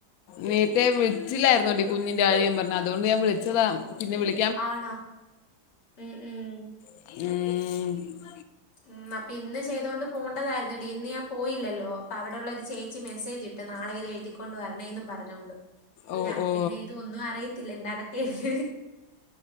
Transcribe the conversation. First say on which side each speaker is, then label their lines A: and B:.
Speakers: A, on the left; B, on the left.
A: നീര്ത്തെ വിളിച്ചില്ലായിരുന്നോടീ കുഞ്ഞിന്റെ കാര്യം പറഞ്ഞ്, അതുകൊണ്ട് ഞാൻ വിളിച്ചതാ. പിന്നെ വിളി
B: ആണോ, ഉം ഉം
A: <unintelligible>
B: ഉം, അപ്പിന്ന് ചെയ്തോണ്ട് പോണ്ടതായിരുന്നുടീ ഇന്ന് ഞാൻ പോയില്ലല്ലോ. അപ്പവിടെള്ളൊരു ചേച്ചി മെസ്സേജ് ഇ റ്റ നാളെ ഇത് എഴുതിക്കൊണ്ട് വരണേന്നും പറഞ്ഞോണ്ട്
A: ഓ
B: ഞാന്പ്പിന്നെ
A: ഓ
B: ഇത്‌ ഒന്നും അറിയത്തില്ല. <unintelligible> എന്താ അതൊക്കെഴുതിയെ